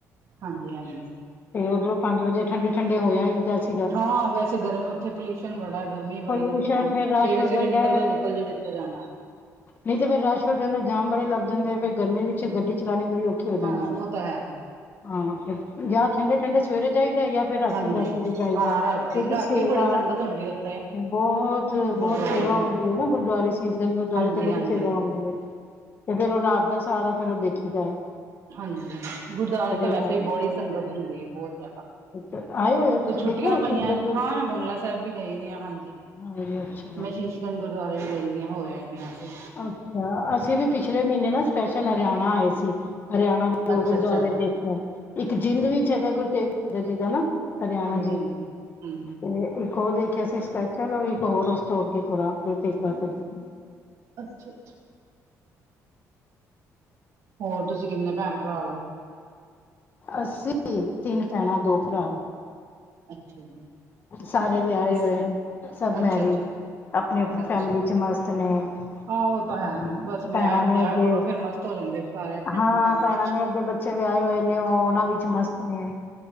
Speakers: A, on the right (about 60°); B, on the left (about 35°).
A: ਹਾਂਜੀ-ਹਾਂਜੀ।
B: ਤੇ ਓਦਰੋਂ ਪੰਜ ਵਜੇ ਠੰਡੇ-ਠੰਡੇ ਹੋ ਆਈ ਦੈ।
A: ਹਾਂ ਵੈਸੇ ਗਰਮ ਓਥੇ ਪੋਲਿਊਸ਼ਨ ਬੜਾ ਗਰਮੀ ਬੜੀ
B: ਪੋਲਿਊਸ਼ਨ
A: ਏ ਓਥੇ ਤਾਂ।
B: ਫੇਰ ਰਸ਼
A: ਸਵੇਰੇ-ਸਵੇਰੇ
B: ਹੋ ਜਾਂਦਾ
A: ਨਿਕਲ ਜੋ ਨਿਕਲ ਜੋ ਜਿੱਥੇ ਜਾਣੈ।
B: ਨਈ ਤੇ ਫੇਰ ਰਾਸ਼ ਹੋ ਜਾਂਦੈ ਜਾਮ ਬੜੇ ਲੱਗ ਜਾਂਦੇ ਐ ਫਿਰ ਗਰਮੀ ਵਿੱਚ ਗੱਡੀ ਚਲਾਨੀ ਬੜੀ ਔਖੀ ਹੋ ਜਾਂਦੀ
A: ਹਾਂ ਉਹ ਤਾ ਹੈ।
B: ਹਾਂ ਫੇਰ, ਜਾਂ ਠੰਡੇ-ਠੰਡੇ ਚ ਸਵੇਰੇ ਜਾਈਦੈ ਯਾ ਫੇਰ ਰਾਤੀ
A: ਹਾਂਜੀ
B: ਦਸ ਵਜੇ ਜਾਈਦੈ,
A: ਹਾਂ
B: ਕਿਉਂਕਿ
A: ਰਾਤੀ ਰਾਤੀ
B: ਸੇਵਾ,
A: ਵੀ ਬੜੀ ਸੰਗਤ ਹੁੰਦੀ ਉੱਥੇ।
B: ਬੋਹਤ
A: ਗੁਰਦੁਆਰੇ
B: ਬੋਤ ਸੇਵਾ
A: ਵਗੈਰਾ
B: ਹੁੰਦੀ ਏ ਨਾ ਗੁਰਦੁਆਰੇ ਸੀਸਗੰਜ ਗੁਰਦੁਆਰੇ
A: ਹਾਂਜੀ-ਹਾਂਜੀ।
B: ਤੇ ਬੜੀ ਸੇਵਾ ਹੁੰਦੀ ਏ। ਤੇ ਫੇਰ ਉਹ ਰਾਤ ਦਾ ਸਾਰਾ ਫੇਰ ਉਹ ਦੇਖੀ ਦਾ।
A: ਹਾਂਜੀ ਗੁਰਦੁਆਰਿਆਂ ਤਾਂ ਵੈਸੇ
B: ਨਾਈਟ
A: ਵੀ ਬਹੁੜੀ ਸੰਗਤ ਹੁੰਦੀ ਹੈ ਬਹੁਤ ਜ਼ਿਆਦਾ।
B: ਆਏ ਹੋਏ ਹੋ
A: ਕੁਛ
B: ਤੁਸੀਂ ਦੇਖਿਆ
A: ਛੁੱਟੀਆਂ
B: ਹੋਇਆ
A: ਪਈਆਂ
B: ਸੀਸਗੰਜ
A: ਹਾਂ ਮੈਂ ਬੰਗਲਾ ਸਾਹਿਬ ਵੀ ਗਈ ਦੀ ਆ ਹਾਂਜੀ।
B: ਹਾਂ ਅੱਛਾ।
A: ਮੈਂ ਸ਼ੀਸ਼ਗੰਜ ਗੁਰਦੁਆਰੇ ਵੀ ਗਈ ਦੀ ਆ ਹੋ ਆਏ ਦੇ ਆ ਅਸੀਂ।
B: ਅੱਛਾ‌ ਅਸੀਂ ਵੀ ਪਿਛਲੇ ਮਹੀਨੇ ਨਾ ਸਪੈਸ਼ਲ ਹਰਿਆਣਾ ਆਏ ਸੀ, ਹਰਿਆਣਾ ਦੋ
A: ਅੱਛਾ
B: ਗੁਰਦੁਆਰੇ
A: ਅੱਛਾ
B: ਦੇਖਣ। ਇੱਕ ਜਿੰਦ ਵਿੱਚ ਹੈਗਾ ਗੁਰੂ ਤੇਗ ਬਹਾਦਰ ਜੀ ਦਾ ਹਨਾ। ਹਰਿਆਣਾ
A: ਹਾਂਜੀ
B: ਜੀ,
A: ਹਾਂਜੀ ਹੂੰ
B: ਤੇ ਇੱਕ ਉਹ ਦੇਖਿਆ ਸੀ ਸਪੈਸ਼ਲ ਔਰ ਇੱਕ ਹੋਰ ਉਸ ਤੋਂ ਅੱਗੇ ਥੋੜਾ ਗੁਰੂ ਤੇਗ ਬਹਾਦਰ ਜੀ।
A: ਅੱਛਾ-ਅੱਛਾ ਹੋਰ ਤੁਸੀਂ ਕਿੰਨੇ ਭੈਣ-ਭਰਾ ਓ?
B: ਅਸੀ ਤਿੰਨ ਭੈਣਾਂ, ਦੋ ਭਰਾ।
A: ਅੱਛਾ ਜੀ।
B: ਸਾਰੇ ਵਿਆਹੇ
A: ਅਸ
B: ਹੋਏ ਆ ਸਭ ਮੈਰਿਡ,
A: ਅੱਛਾ ਅੱਛਾ
B: ਆਪਣੀ-ਆਪਣੀ ਫੈਮਲੀ
A: ਅੱਛਾ
B: ਵਿੱਚ ਮਸਤ ਨੇ। ਹੂੰ
A: ਹਾਂ ਉਹ ਤਾਂ ਹੈ ਬਸ ਵਿਆਹ
B: ਭੈਣਾਂ ਨੇ
A: ਵਿਆਹ
B: ਅੱਗੇ,
A: ਕਰੋ ਫੇਰ ਮਸਤ ਹੋ ਜਾਂਦੇ ਸਾਰੇ ਆਪਣੇ
B: ਹਾਂ
A: ਆਪਣੇ ਫੈਮਿਲੀ
B: ਭੈਣਾਂ
A: ਚ
B: ਨੇ ਅੱਗੇ ਬੱ ਬੱਚੇ ਵਿਆਏ ਹੋਏ ਨੇ ਉਹ ਉਹਨਾਂ ਵਿੱਚ ਮਸਤ ਨੇ।